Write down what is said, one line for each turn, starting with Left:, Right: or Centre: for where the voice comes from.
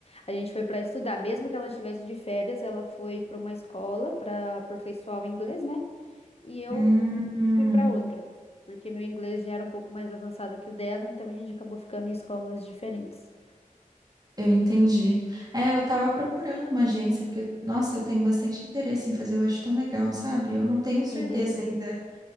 Left: a gente foi pra estudar, mesmo que ela estivesse de férias, ela foi pra uma escola pra aperfeiçoar o inglês, né? E eu
Right: Hum, hum,
Left: fui pra outra, porque meu inglês já era um pouco mais avançado que o dela, então a gente acabou ficando em escolas diferentes.
Right: eu entendi. É, eu tava procurando uma agência, porque, nossa, eu tenho bastante interesse em fazer, eu acho tão legal, sabe? Eu não tenho certeza
Left: Uhum.
Right: ainda.